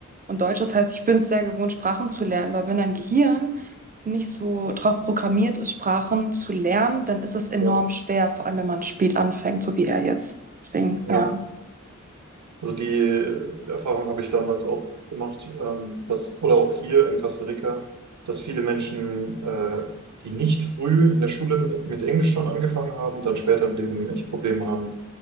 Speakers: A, on the right; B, on the right.
A: und Deutsch. Das heißt, ich bin es sehr gewohnt, Sprachen zu lernen, aber wenn dein Gehirn nicht so drauf programmiert ist, Sprachen zu lernen, dann ist es enorm
B: Ja,
A: schwer, vor allem wenn man spät anfängt, so wie er jetzt. Deswegen,
B: ja.
A: ja,
B: Also die äh, Erfahrung habe ich damals auch gemacht, ähm, dass, oder auch hier in Costa Rica, dass viele Menschen, äh, die nicht früh in der Schule mit, mit Englisch schon angefangen haben, dann später im Leben echt Probleme haben,